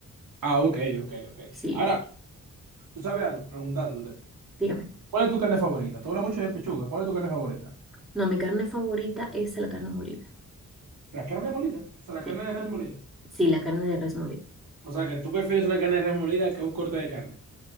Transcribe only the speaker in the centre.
Sí,
dígame.
No, mi carne favorita es la carne molida.
Sí,
sí, la carne de res molida.